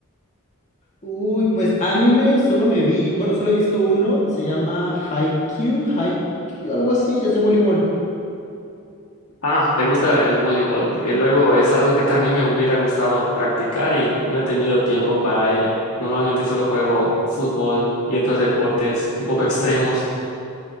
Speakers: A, on the left; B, on the left.
A: Uy, pues anime, solo me vi, bueno, solo he visto uno, se llama Haikyuu, Haikyuu, algo así, es de voleibol.
B: Ah, ¿te gusta el voleibol? Porque luego es algo que también me hubiera gustado practicar y no he tenido tiempo para ello. Normalmente solo juego fútbol y otros deportes un poco extremos.